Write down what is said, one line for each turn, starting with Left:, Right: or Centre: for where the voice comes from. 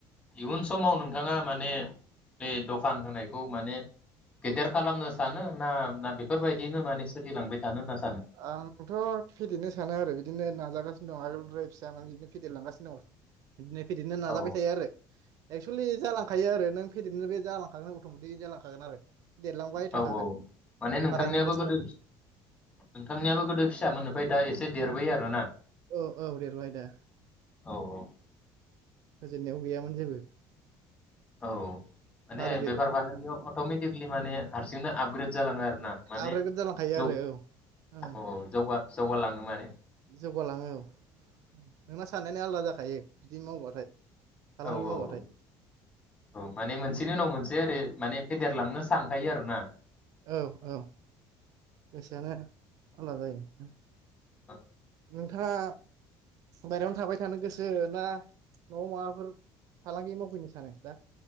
Left: इयुन समाव नों नोंथाङा माने बे दखान होनायखौ माने गेदेर खालामनो सानो ना ना बेफोरबायदिनो माने सोलिलांबाय थानो होनना सानो?
Right: आंथ' फेदेरनो सानो आरो बिदिनो नाजागासिनो दं आगोलनिफ्राय फिसा बिदिनो फेदेरलांगासिनो दं। दिनो फेदेरनो नाजाबाय
Left: औ
Right: थायो आरो एक्सुयेलि जालाख थायो आरो नों फेदेरनो बे जांखागोन अट'मेटिक जालांखागोन आरो। देरलांबाय
Left: औ
Right: थाखागोन
Left: औ माने नोंथांनियाबो
Right: बारायनो गोसो
Left: गोदो नोंथांनियाबो गोदो फिसा मोननो दा एसे देरबाय आरोना
Right: औ औ देरबाय दा
Left: औ औ
Right: होजेननायाव गैयामोन जेबो
Left: औ माने
Right: बाराय देरबाय
Left: बेफार फालांगियाव अट'मेटिकलि माने हारसिंनो आब आपग्रेद जालांङो आरो ना माने
Right: आग्रोद जालांखायो
Left: जौ
Right: आरो औ ओं
Left: औ औ जौगा जौगालाङो माने
Right: जौगालाङो औ नोंना साननायानो आलादा जाखायो बिदि मावबाथाय। फालांगि
Left: औ
Right: मावबाथाय
Left: औ औ औ माने मोनसेनि उनाव मोनसे ओरै माने फेदेरलांनो सानखायो आरो ना
Right: औ औ गोसोआनो आलदा जायो
Left: औ
Right: नोंथाङा बायरायावनो थाबाय थानो गोसो ना न'आव माबाफोर फालांगि मावफैनो सानो दा?